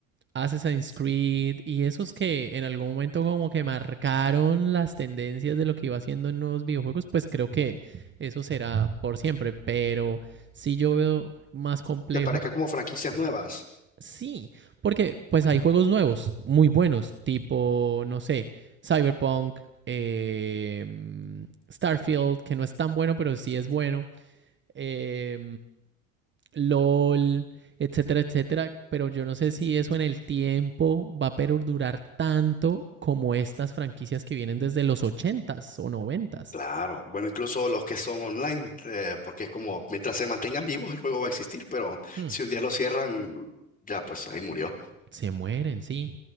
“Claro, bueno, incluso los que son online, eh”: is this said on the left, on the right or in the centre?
Left